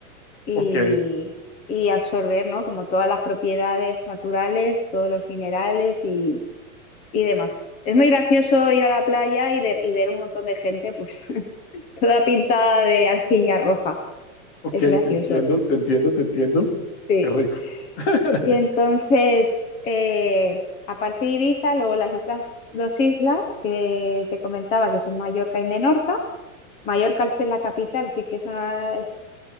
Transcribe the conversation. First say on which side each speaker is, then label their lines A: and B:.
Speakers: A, on the left; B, on the left.
A: y,
B: ok,
A: y absorber, ¿no? Como todas las propiedades naturales, todos los minerales y, y demás. Es muy gracioso ir a la playa y, de- y ver un montón de gente, pues, <laughs> toda pintada de arcilla roja.
B: ok,
A: Es gracioso,
B: te entiendo, te entiendo, te entiendo.
A: sí.
B: Qué rico. <laughs>
A: Y entonces, eh, aparte de Ibiza, luego las otras dos islas que te comentaba, que son Mallorca y Menorca. Mallorca, al ser la capital, sí que es una- es-